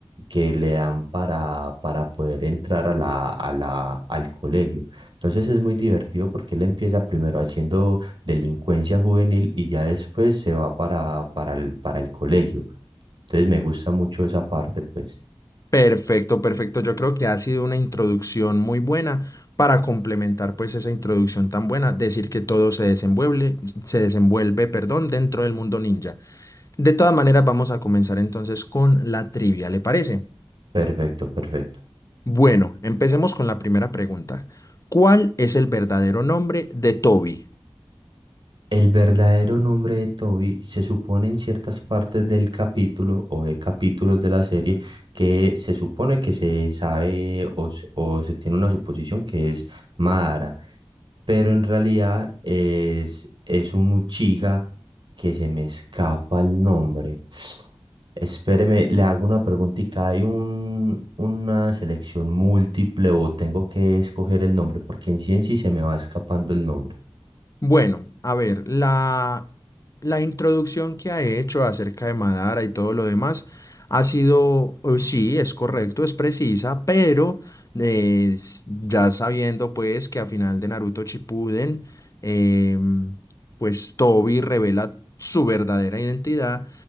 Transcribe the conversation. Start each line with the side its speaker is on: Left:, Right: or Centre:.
Right: que le dan para, para poder entrar a la, a la, al colegio. Entonces es muy divertido porque él empieza primero haciendo delincuencia juvenil y ya después se va para, para el, para el colegio. Entonces me gusta mucho esa parte, pues.
Left: Perfecto, perfecto, yo creo que ha sido una introducción muy buena para complementar pues esa introducción tan buena, decir que todo se desenvuelve, se desenvuelve, perdón, dentro del mundo ninja. De todas maneras, vamos a comenzar entonces con la trivia, ¿le parece?
Right: Perfecto, perfecto.
Left: Bueno, empecemos con la primera pregunta. ¿Cuál es el verdadero nombre de Toby?
Right: El verdadero nombre de Toby se supone en ciertas partes del capítulo o de capítulos de la serie que se supone que se sabe o, se o se tiene una suposición que es Madara, pero en realidad es, es un Uchiha que se me escapa el nombre. Espéreme, le hago una preguntita. ¿Hay un, una selección múltiple o tengo que escoger el nombre? Porque en sí en sí se me va escapando el nombre.
Left: Bueno, a ver, la, la introducción que ha hecho acerca de Madara y todo lo demás ha sido, eh, sí, es correcto, es precisa, pero eh, s- ya sabiendo pues que a final de Naruto Shippuden, em, pues Tobi revela su verdadera identidad